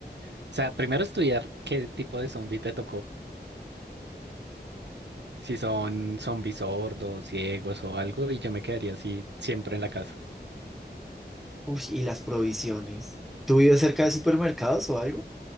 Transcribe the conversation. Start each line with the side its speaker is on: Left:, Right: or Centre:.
Right: o sea, primero estudiar qué tipo de zombie te tocó, si son zombies sordos, ciegos o algo, y yo me quedaría así siempre en la casa.
Centre: Uf, y las provisiones. ¿Tú vives cerca de supermercados o algo?